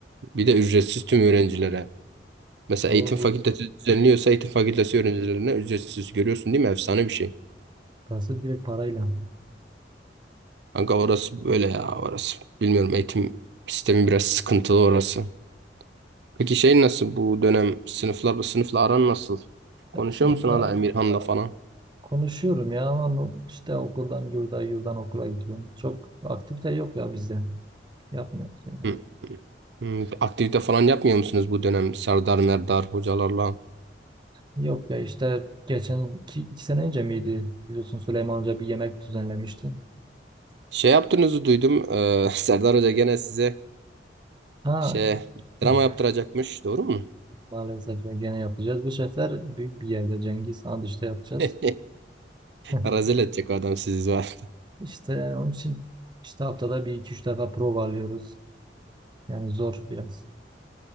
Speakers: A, on the right (about 65°); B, on the right (about 25°).
A: Bir de ücretsiz tüm öğrencilere. Mesela
B: Ama
A: eğitim
B: bu
A: fakültesi düzenliyorsa eğitim fakültesi öğrencilerine ücretsiz görüyorsun değil mi? Efsane bir şey.
B: burası direkt parayla.
A: Kanka orası böyle ya orası. Bilmiyorum eğitim sistemi biraz sıkıntılı orası. Peki şey nasıl bu dönem sınıflar sınıfla aran nasıl? Konuşuyor
B: Ya sınıfla
A: musun hala Emirhan'la falan?
B: konuşuyorum ya ama no- işte okuldan yurda yurdan okula gidiyorum. Çok aktivite yok ya bizde. Yapmıyoruz yani.
A: Hı. Hmm, aktivite falan yapmıyor musunuz bu dönem Serdar Merdar hocalarla?
B: Yok ya işte geçen iki, iki sene önce miydi? Biliyorsun Süleyman Hoca bir yemek düzenlemişti.
A: Şey yaptığınızı duydum. eee, <laughs> Serdar Hoca gene size
B: Ha
A: şey drama
B: <laughs>
A: yaptıracakmış. Doğru mu?
B: maalesef gene yapacağız. Bu sefer büyük bir yerde Cengiz Han işte yapacağız.
A: <laughs>
B: <laughs>
A: Rezil edecek o adam sizi. <laughs>
B: İşte onun için işte haftada bir iki üç defa prova alıyoruz. Yani zor biraz.